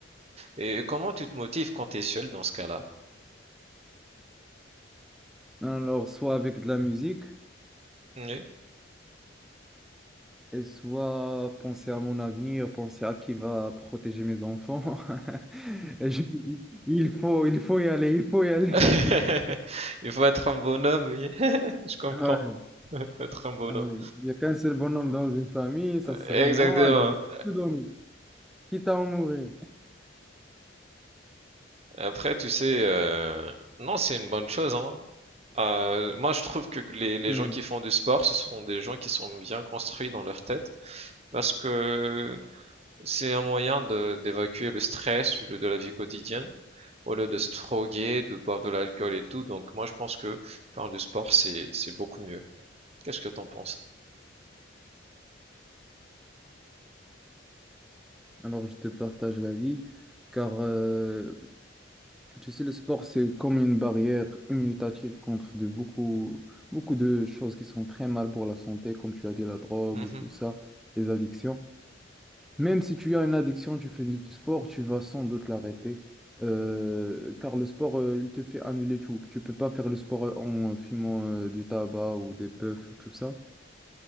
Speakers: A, on the right; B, in the centre.
A: Et comment tu te motives quand t'es seul dans ce cas-là?
B: Alors, soit avec de la musique,
A: Oui.
B: et soit penser à mon avenir, penser à qui va protéger mes enfants. <laughs> Et je me dis, il faut, il faut y aller, il faut y aller.
A: <laughs>
B: <laughs>
A: Il faut être un bonhomme, oui. <laughs> Je comprends.
B: Ah Ouais,
A: <laughs> Il faut être un bonhomme.
B: ah ouais. Il n'y a qu'un seul bonhomme dans une famille, ça serait
A: Exactement.
B: moi, alors je peux donner, quitte à en mourir.
A: Après, tu sais, euh, non, c'est une bonne chose, hein. Euh, moi, je trouve que les, les
B: Hmm.
A: gens qui font du sport, ce sont des gens qui sont bien construits dans leur tête, parce que c'est un moyen de, d'évacuer le stress du- de la vie quotidienne, au lieu de se droguer, de boire de l'alcool et tout. Donc, moi, je pense que faire du sport, c'est, c'est beaucoup mieux. Qu'est-ce que t'en penses?
B: Alors, je te partage l'avis, car euh, tu sais, le sport, c'est comme une barrière immunitative contre de beaucoup, beaucoup de choses qui sont très mal pour la santé, comme tu as dit, la drogue
A: Mhm.
B: et tout ça, les addictions. Même si tu as une addiction, tu fais du sport, tu vas sans doute l'arrêter, euh, car le sport, euh, il te fait annuler tout. Tu peux pas faire le sport en fumant euh, du tabac ou des puffs, tout ça.